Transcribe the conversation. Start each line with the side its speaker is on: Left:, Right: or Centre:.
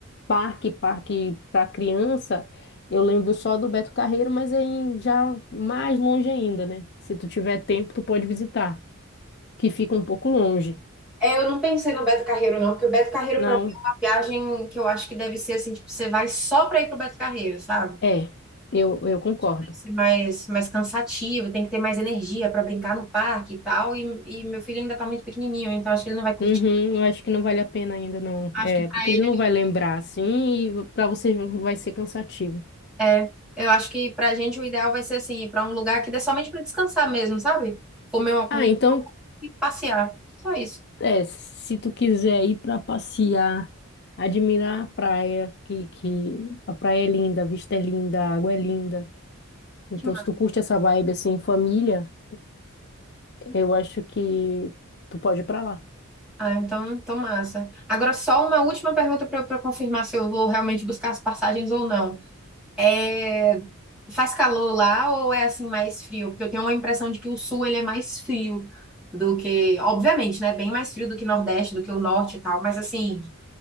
Left: parque, parque para criança, eu lembro só do Beto Carreiro, mas é em, já mais longe ainda, né? Se tu tiver tempo, tu pode visitar, que fica um pouco longe.
Centre: É, eu não pensei no Beto Carreiro, não, porque o Beto Carreiro,
Left: Não,
Centre: pra mim, é uma viagem que eu acho que deve ser assim, tipo, você vai só pra ir pro Beto Carreiro, sabe?
Left: é, eu, eu concordo.
Centre: Tem que ser mais, mais cansativo, tem que ter mais energia pra brincar no parque e tal. E, e meu filho ainda tá muito pequenininho, então acho que ele não vai curtir.
Left: Uhum, eu acho que não vale a pena ainda, não.
Centre: Acho
Left: É,
Centre: que pra
Left: porque
Centre: ele
Left: ele não vai lembrar assim e para você vai ser cansativo.
Centre: é. é, Eu acho que pra gente o ideal vai ser assim, ir pra um lugar que dê somente pra descansar mesmo, sabe? Comer uma comida
Left: Ah, então,
Centre: e passear. Só isso.
Left: é, se tu quiser ir para passear, admirar a praia, que, que a praia é linda, a vista é linda, a água é linda. Então,
Centre: Que ma-
Left: se tu curte essa vibe assim, em família, eu acho que tu pode ir para lá.
Centre: Ah, então, então massa. Agora, só uma última pergunta pra eu pra eu confirmar se eu vou realmente buscar as passagens ou não. É, faz calor lá ou é assim mais frio? Porque eu tenho uma impressão de que o sul ele é mais frio do que, obviamente, né? Bem mais frio do que o Nordeste, do que o Norte e tal, mas assim,